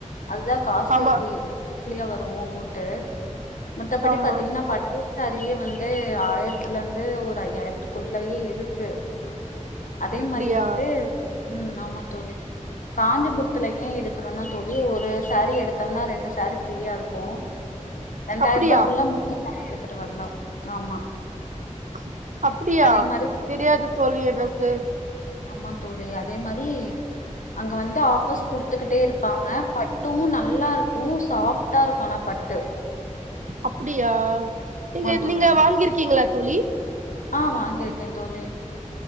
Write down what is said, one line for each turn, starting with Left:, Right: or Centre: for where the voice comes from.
Left: அதுதா காஸ்லி
Right: ஆமா
Left: ஸ்லியா வரு அமௌன்ட்டு மத்தபடி
Right: ஆமா
Left: பாத்தீங்ன்னா பட் சேரியே வந்து ஆய்ர்த்துலந்து ஒரு ஐய்யர்த்து குள்ளவே இருக்கு அதே
Right: அப்டியா
Left: மாரி வந்து உம் ஆமா தோழி காஞ்சிபுரத்துல ஏன் எடுக்றோன்னா தோழி ஒரு சாரீ எடுத்தோம்னா ரெண்டு சாரீ ஃப்ரீயா இர்க்கொ ரெண்டாய்ருபாக்குள்ள
Right: அப்டியா
Left: மூணு எடுத்துட்டு வர்லா ஆமா
Right: அப் அப்டியா
Left: அதே மாரி
Right: தெரியாது தோழி எனக்கு <inaudible>
Left: ஆமாங் தோழி அதே மாரி அங்க வந்து ஆஃபர்ஸ் குடுத்துக்கிட்டே இருப்பாங்க பட்டு நல்லா ருக்கூ சாஃப்ட்டா ருக்கூ ஆனா பட்டு
Right: அப்புடியா நீங்க
Left: ஆமா தோழி.
Right: நீங்க வாங்கிர்க்கிங்ல்ல தோழி
Left: ஆ வாங்கயிர்க்கே தோலி